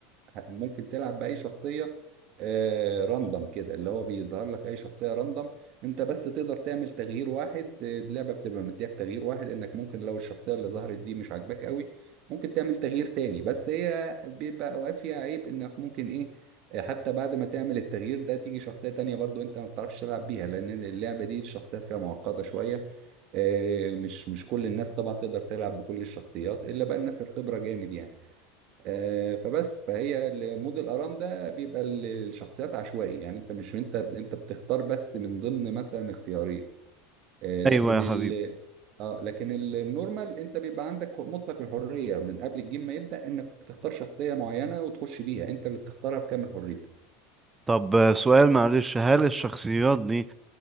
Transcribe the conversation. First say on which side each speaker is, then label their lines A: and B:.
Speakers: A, on the right (about 55°); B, on the right (about 20°).
A: ممكن تلعب بأي شخصية آه راندم كده اللي هو بيظهر لك اي شخصية راندم انت بس تقدر تعمل تغيير واحد آه، اللعبة بتبقى مديك تغيير واحد انك ممكن لو الشخصية اللي ظهرت دي مش عاجباك قوي ممكن تعمل تغيير تاني بس هي بيبقى اوقات فيها عيب انك ممكن ايه آه، حتى بعد ما تعمل التغيير ده تيجي شخصية تانية برضو انت ما بتعرفش تلعب بيها لان اللعبة دي الشخصيات فيها معقدة شوية آه، مش مش كل الناس طبعا تقدر تلعب بكل الشخصيات الا بقى الناس الخبرة جامد يعني آه، فبس فهي ال- مود الارام ده بيبقى ال- الشخصيات عشوائي يعني انت مش انت انت بتختار بس من ضمن مثلا اختيارين آه، لكن
B: ايوه يا
A: ال
B: حبيبي
A: اه لكن ال- النورمال انت بيبقى عندك مطلق الحريه من قبل الجيم ما يبدا انك تختار شخصيه معينه وتخش بيها انت اللي بتختارها بكامل حريتك
B: طب آه، سؤال معلش هل الشخصيات دي